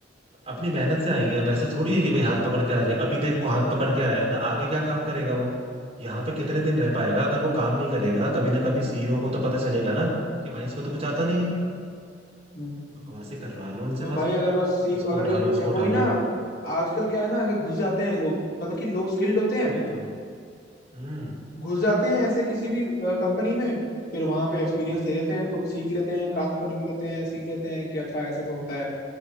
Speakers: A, on the right (about 35°); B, on the left (about 55°).
A: अपनी मेहनत से आएंगे हम ऐसे थोड़ी है कि भाई हाथ पकड़ के आ जाए अभी देख वो हाथ पकड़ के आया है ना आगे क्या काम करेगा वो यहाँ पे कितने दिन रह पाएगा अगर वो काम नहीं करेगा कभी ना कभी सीईओ को तो पता चलेगा ना कि भाई इसको तो कुछ आता नहीं है
B: हम्म।
A: बकवासे करवा लो उनसे
B: और
A: बस
B: भाई अगर बस सीख
A: इसको
B: अगर
A: उठा
B: एक
A: लो उसको
B: वही
A: उठा
B: ना
A: लो
B: आजकल क्या है ना ऐसे घुस जाते हैं लोग मतलब कि लोग स्किल्ड होते हैं
A: वही तो हम्म
B: घुस जाते हैं ऐसे किसी भी कंपनी में फिर वहां पे एक्सपीरियंस ले लेते हैं खुद सीख लेते हैं काम कर लेते हैं सीख लेते हैं कि अच्छा ऐसा ऐसा होता है